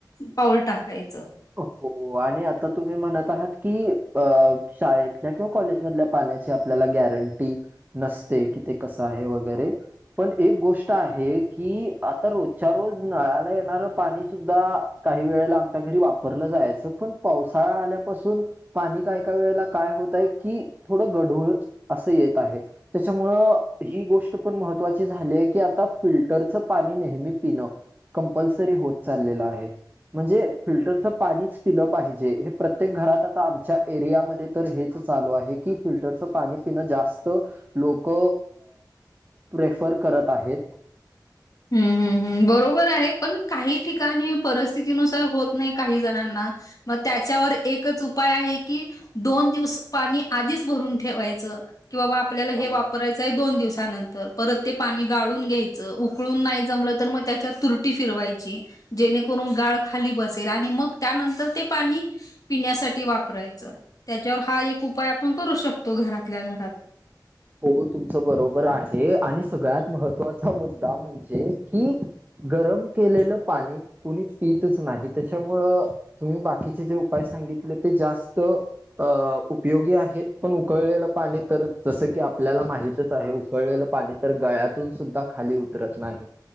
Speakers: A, on the left; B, on the right.
A: पाऊल टाकायचं
B: हो आणि आता तुम्ही म्हणत आहात की शाळेतल्या किंवा कॉलेजमधल्या पाण्याची आपल्याला गॅरंटी नसते. कि ते कसं आहे वगैरे पण एक गोष्ट आहे की आता रोजच्या रोज नळाला येणारं पाणी सुद्धा काही वेळेला आमच्या घरी वापरलं जायचं पण पावसाळा आल्यापासून पाणी का एका वेळेला काय होत. आहे की थोडं गढूळ असं येत आहे त्याच्यामुळं ही गोष्ट पण महत्त्वाची झालीय की आता फिल्टरचं पाणी नेहमी पिणं कंपल्सरी होत चाललेला आहे. म्हणजे फिल्टरच पाणीच पिलं पाहिजे हे प्रत्येक घरात आता आमच्या एरियामध्ये तर हेच चालू आहे. की फिल्टरचं पाणी पिणं जास्त लोक प्रेफर करत आहेत.
A: हम् हम् हम् बरोबर आहे पण काही ठिकाणी परिस्थितीनुसार होत नाही काही जणांना मग त्याच्यावर एकच उपाय आहे की दोन दिवस पाणी आधीच भरून ठेवायचं कि बाबा आपल्याला हे
B: हा
A: वापरायचं आहे. दोन दिवसानंतर परत ते पाणी गाळून घ्यायचं उळून नाही जमलं. तर मग त्याच्या तुरटी फिरवायची जेणेकरून गाळ खाली बसेल. आणि मग त्यानंतर ते पाणी पिण्यासाठी वापरायचं त्याच्यावर हा एक उपाय आपण करू शकतो घरातल्या घरात
B: हो तुमचं बरोबर आहे आणि सगळ्यात महत्त्वाचा मुद्दा म्हणजे की गरम केलेलं पाणी कोणीच पितच नाही. त्याच्यामुळं तुम्ही बाकीचे जे उपाय सांगितले ते जास्त अ उपयोगी आहेत पण उकळलेलं पाणी तर जसं की आपल्याला माहितच आहे. उकळलेलं पाणी तर गळ्यातून सुद्धा खाली उतरत नाही.